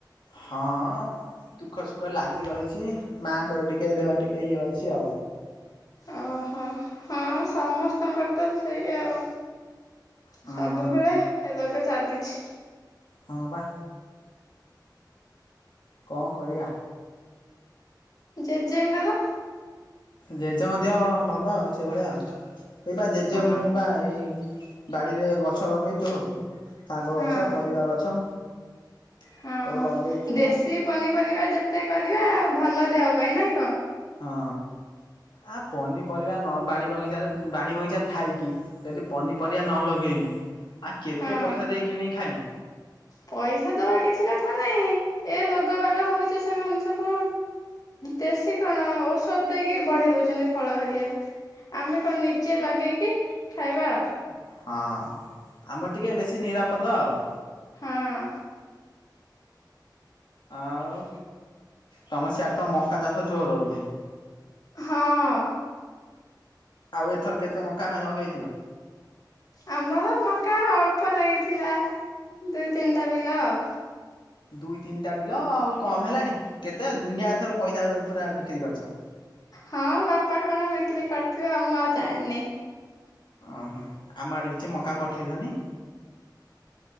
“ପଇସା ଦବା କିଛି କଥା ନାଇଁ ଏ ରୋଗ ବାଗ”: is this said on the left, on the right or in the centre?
Left